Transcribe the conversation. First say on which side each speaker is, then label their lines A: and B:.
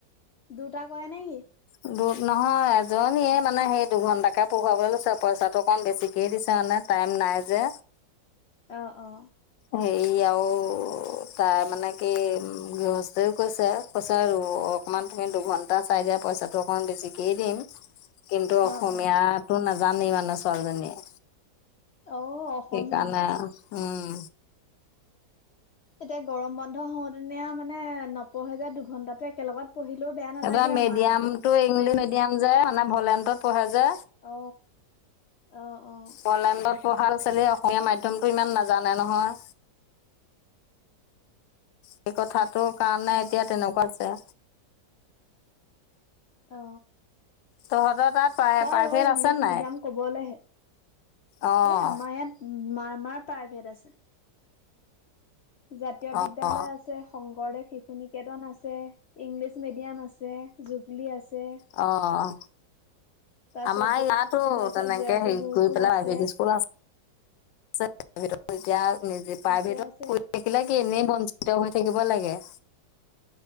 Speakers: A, on the left; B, on the left.
A: দুটা কৰে নে কি?
B: উম্ নহয় এজনীয়ে মানে সেই দুঘণ্টাকৈ পঢ়োৱাবলৈ লৈছে পইচাটো অকণ বেছিকেই দিছে মানে। টাইম নাই যে।
A: অ অ।
B: হেৰি আৰু তাই মানে কি উ গৃহস্থইও কৈছে। কৈছে আৰু অকণমান তুমি দুঘণ্টা চাই দিয়া, পইচাটো অকণমান বেছিকেই দিম। কিন্তু অসমীয়াটো
A: অ', অ',
B: নাজানেই মানে ছোৱালীজনীয়ে।
A: অ', অসমীয়া।
B: সেইকাৰণে উম।
A: এতিয়া গৰম বন্ধ হলহেঁতেন মানে নপঢ়ে যে দুঘন্টাটো একেলগত। পঢ়িলেও বেয়া। নালাগে
B: এইবাৰ মিডিয়ামতটো
A: আৰু মাকহঁতো।
B: ইংলিছ মিডিয়াম যে, মানে ভলেণ্টত পঢ়ে যে।
A: অ, অ অ
B: বলেণ্ডত পঢ়া ল ছোৱালী এ অসমীয়া মাধ্য়মতটো ইমান নাজানে নহয়। সেই কথাটোৰ কাৰণে
A: অ',
B: এতিয়া তেনেকুৱা আছে।
A: অ
B: তহঁতৰ তাত! প্ৰায়
A: হয়
B: প্ৰাইভেট
A: অ ইংলিছ
B: আছে নাই
A: মিডিয়াম কবলৈহে
B: অঁ
A: এ আমাৰ ইয়াত! মাৰ মাৰ প্ৰাইভেট আছে। জাতীয় বিদ্যালয়
B: অঁ
A: আছে। শংকৰদেৱ শিশু নিকেতন আছে ইংলিছ মিডিয়াম আছে জুবলি আছে।
B: অ অ
A: তাৰপিছত
B: আমাৰ
A: যে
B: ইয়াতো
A: তাৰপিছত
B: তেনেকে
A: জে
B: হেৰি
A: বি গুৰুকুল
B: কৰি পেলাই
A: আছে
B: প্ৰাইভেট স্কুল আছে। এতিয়া নিজে প্ৰাইভেটত।
A: আছে আছে
B: সিবিলাক কি এনেই বঞ্চিত হৈ থাকিব লাগে।